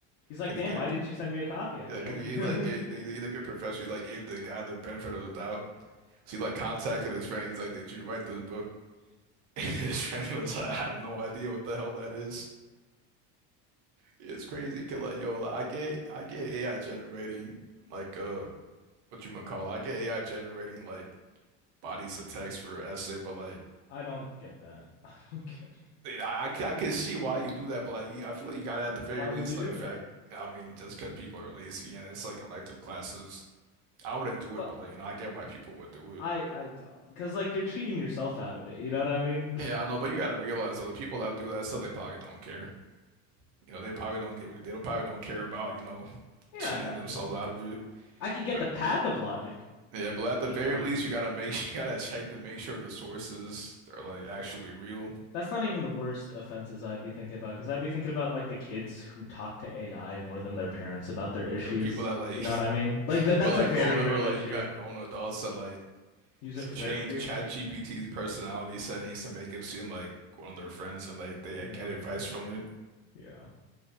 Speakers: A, on the left; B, on the right.
A: He's like,
B: because
A: damn,
B: he gave
A: why didn't you send me a copy? I
B: yeah,
A: could
B: because
A: have helped
B: he
A: you.
B: like gave he, he's a good professor. He like gave the guy the benefit of the doubt. So he like contacted his friend. He's like, "Did you write this book?" <laughs> And his friend was like, "I have no idea what the hell that is." It's crazy. 'cause, like, yo, like, I get I get AI generating like uh what you might call it. I get AI generating like bodies of text for essay, but like.
A: <laughs> I don't get that. <laughs> I don't care.
B: You know, I, I c- I can see why you do that, but like, you- I feel like you gotta at the very
A: Why
B: least
A: would you do
B: like
A: it?
B: fact. I mean, just because people are lazy and it's like elective classes, I wouldn't do
A: But
B: it, but like, you know, I get why people would do it.
A: I I don't because like you're cheating yourself out of it. You know what I mean?
B: Yeah, I know, but you gotta realize that the people that do that stuff, they probably don't care. You know, they probably don't give, they don't probably don't care about, you know,
A: <laughs> Yeah,
B: cheating
A: I got
B: themselves
A: you.
B: out of it.
A: I could get
B: But
A: the path of logic.
B: yeah, but at the
A: I just
B: very
A: don't.
B: least, you gotta make, <laughs> you gotta check to make sure the sources are like actually real.
A: That's not even the worst offenses I'd be thinking about because I'd be thinking about like the kids who talk to AI more than their parents about their issues.
B: There are people that like,
A: You know what I mean? Like
B: <laughs>
A: th that's
B: or like
A: a very
B: grown up,
A: real
B: or like
A: issue.
B: you got grown adults that like
A: Use it for
B: change
A: therapy.
B: ChatGPT's personality settings to make him seem like one of their friends, and like they
A: You
B: get
A: know?
B: advice from it.
A: Yeah.